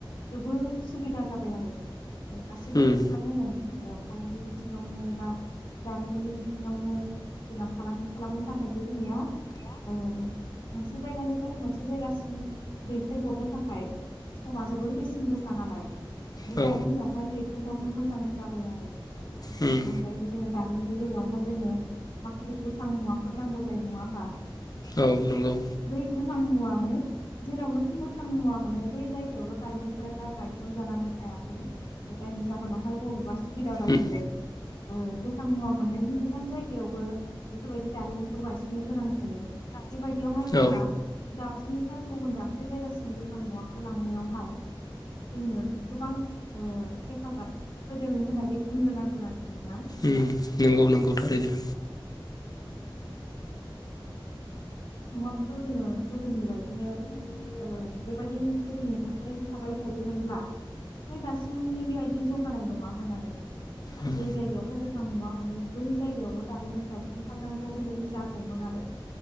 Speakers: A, on the left; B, on the left.
A: जोबोद सुबिदा जाबाय आरो गासैबो
B: उम
A: बिथिङावनो होन फालांगि बिथिङावनो बा दारिमिननि बिथिङावनो जोंना फालांगि खालामनो थाखायबो जोंनिया अ मोनसे जायगानि मोनसे जायगासिम दैथायहरनो थाखाय समास जोबोर बेसेन गोसा नालाय माने
B: औ
A: दानि दिनावहाय दैथायहरनो मोजां जाबाय आरो आरो
B: उम
A: बिनि अनगायैबो जोङो जारिमिननि बेलायावहाय जोंनो माखासे गोथां मुवाफोर नांगौ जायो नङा होमबा
B: औ नंगौ
A: बै गोथां मुवा माने जेरावनोखि गोथां मुवा मोनो बै जायगायावल' दारिमिनफोरा दा गायसनजानानै थायाखै जायनि जाहोनावहाय बबेबा सुबिदा बायदियै
B: उम
A: ओ बेख मुवा मोननायनि गोजान जायगायावबो बेफोरबायदि दारिमिनखौ गायसननो गोनां जायो बेबायदियावहाय जोंहा
B: औ
A: दाबसेनिफ्राय गुबुन दाबसे जायगासिम गोथां मुवाखौ लांनायावहाय जोंनो गोबां ओ हेफाजाब होदों होननानै बुंनो नांगोन आरो जोङो ना
B: ओम नंगौ नंगौ थारैनो
A: उम उम मुवाफोरखौ जोङो गोदोनि बायदिनो ओ बेबायदि गोदोनि थासारियावनो थाबाय थायोमोनब्ला दासिमनि बेबायदि जौगानाय नङामोन आरो
B: उम
A: जे जायगायावहाय गोथां नुवा मोनो बै जायगायावल' दारिमिन गायसनथारनांगौ बेबायदि जागौमोन आरो